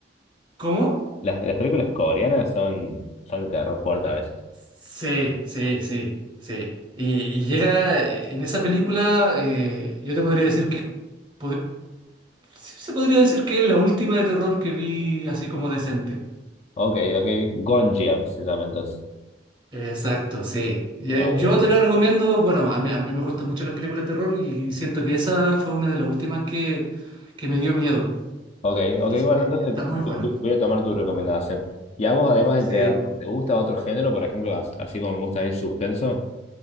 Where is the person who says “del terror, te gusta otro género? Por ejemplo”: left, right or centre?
Left